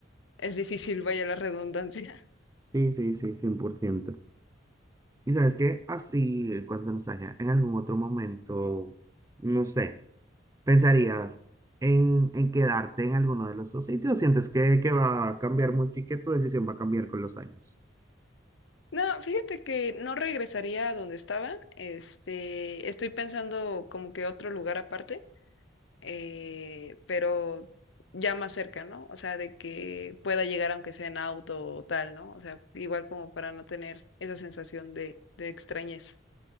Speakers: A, on the left; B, on the right.
A: es difícil, vaya la redundancia.
B: Sí, sí, sí, cien por ciento Y sabes que así, en cuanto nos haya, en algún otro momento, no sé, ¿pensarías en, en quedarte en alguno de los dos sitios? ¿Sientes que, que va a cambiar mucho y que tu decisión va a cambiar con los años?
A: No, fíjate que no regresaría a donde estaba. Este, estoy pensando como que otro lugar aparte, eh, pero ya más cerca, ¿no? O sea, de que pueda llegar aunque sea en auto o tal, ¿no? O sea, igual como para no tener esa sensación de, de extrañeza.